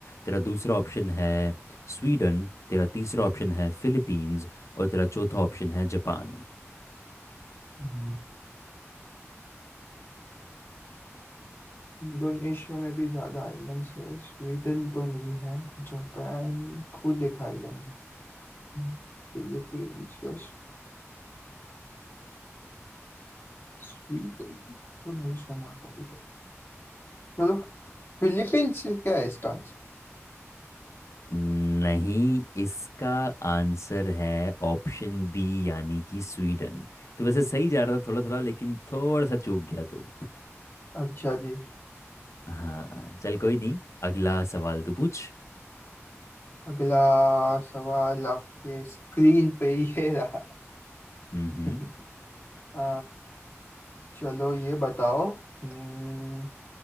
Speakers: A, on the left; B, on the left.
A: तेरा दूसरा ऑप्शन है स्वीडन तेरा तीसरा ऑप्शन है फिलीपींस और तेरा चौथा ऑप्शन है जापान
B: हम्म। इंडोनेशिया में भी ज्यादा आइलैंड्स है स्वीडन तो नहीं है जापान खुद एक आइलैंड है फिलीपींस या स्वीडन तो नहीं सुना कभी चलो फिलीपींस क्या है इसका आंसर
A: नहीं इसका आंसर है ऑप्शन बी यानी कि स्वीडन तो वैसे सही जा रहा था थोड़ा थोड़ा लेकिन थोड़ा सा चूक गया तू
B: अच्छा जी
A: हाँ चल कोई नहीं अगला सवाल तू पूछ
B: अगला सवाल आपके स्क्रीन पे ही है रहा
A: हम्म
B: <laughs> आ, चलो ये बताओ हम्म,